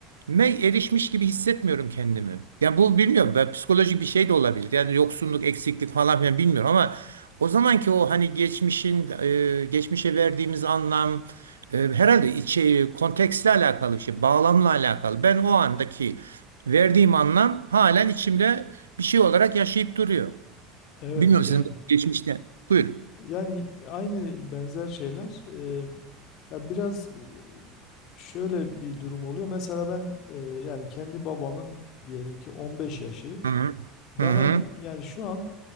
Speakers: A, on the right; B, on the left.
A: me erişmiş gibi hissetmiyorum kendimi. Ya bu bilmiyorum. Ben psikolojik bir şey de olabilir. Yani yoksunluk, eksiklik falan filan bilmiyorum ama o zamanki o hani geçmişin e, geçmişe verdiğimiz anlam e, herhalde içi kontekstle alakalı bir şey, bağlamla alakalı. Ben o andaki verdiğim anlam halen içimde bir şey olarak yaşayıp duruyor.
B: Evet
A: Bilmiyorum sizin
B: yani
A: geçmişte. Buyurun.
B: yani aynı benzer şeyler e, ya biraz e, şöyle bir durum oluyor. Mesela ben e, yani kendi babamın diyelim ki 15 yaşı
A: Hı hı.
B: bana
A: Hı hı.
B: yani şu an